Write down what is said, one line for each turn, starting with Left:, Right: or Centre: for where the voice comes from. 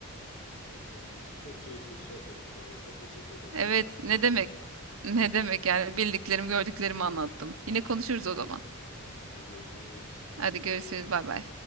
Left: Evet doğru diyorsun. Çok keyifli bir sohbetti bu arada. Çok teşekkür ederim.
Right: Evet,
Left: Çok yardımcı
Right: ne
Left: oldun
Right: demek?
Left: bana.
Right: Ne demek yani bildiklerimi, gördüklerimi anlattım. Yine konuşuruz o zaman.
Left: Tamamdır görüşürüz.
Right: Hadi görüşürüz,
Left: İyi Akşamlar.
Right: bay bay.